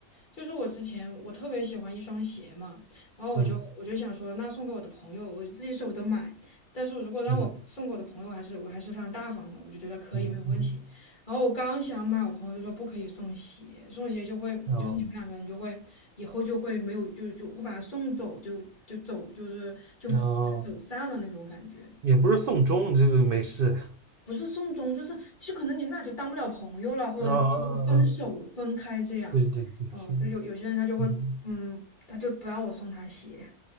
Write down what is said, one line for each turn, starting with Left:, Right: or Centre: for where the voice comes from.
Left: 就是我之前我特别喜欢一双鞋嘛，然后我就我就想说，
Right: 嗯
Left: 那送给我的朋友，我自己舍不得买，但是如果让我送给我的朋友，
Right: 嗯
Left: 还是我还是非常大方的，我就觉得可以没有问题。
Right: 嗯嗯，
Left: 然后我刚想买，我朋友就说不可以送鞋，送鞋就会就是你们两个人就会以后就会没有就就会把他送走，
Right: 哦
Left: 就就走就是就就走散了那种感觉。
Right: 哦，也不是送钟，这个没事。
Left: 不是送终，就是就可能你们俩就当不了朋友了，或者就是分手分开这样。
Right: 啊啊啊！对对对，
Left: 哦，
Right: 是，
Left: 就有有些人他就会，
Right: 嗯，
Left: 嗯，他就不让我送他鞋。